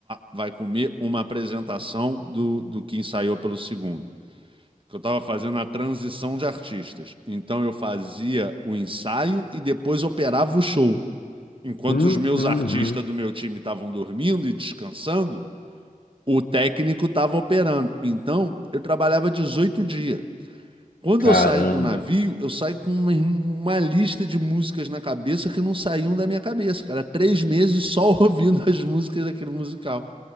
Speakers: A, on the right (about 35°); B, on the left (about 80°).
A: vai comer, uma apresentação do, do que ensaiou pelo segundo que eu estava fazendo a transição de artistas. Então eu fazia o ensaio e depois operava o show. Enquanto
B: Hum,
A: os meus
B: hum,
A: artistas
B: hum.
A: do meu time estavam dormindo e descansando, o técnico estava operando. Então eu trabalhava 18 dias. Quando
B: Caramba.
A: eu saio do navio, eu saio com uma, uma lista de músicas na cabeça que não saíam da minha cabeça, cara. Três meses só <laughs> ouvindo as músicas daquele musical.